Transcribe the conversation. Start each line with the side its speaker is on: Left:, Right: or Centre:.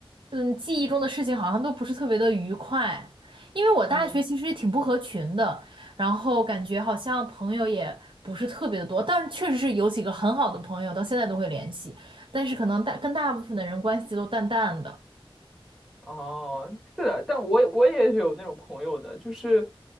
Right: 嗯，记忆中的事情好像都不是特别的愉快，因为我大学其实也挺不合群的，
Centre: 嗯。
Right: 然后感觉好像朋友也不是特别的多，但是确实是有几个很好的朋友，到现在都会联系，但是可能大跟大部分的人关系都淡淡的。
Centre: 哦，是的，但我我也是有那种朋友的，就是